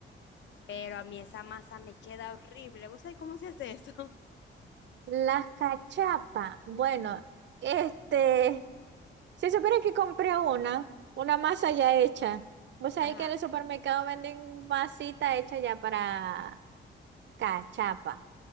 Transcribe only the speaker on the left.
pero a mí esa masa me queda horrible, ¿vos sabés cómo se hace eso? <laughs>
Ajá,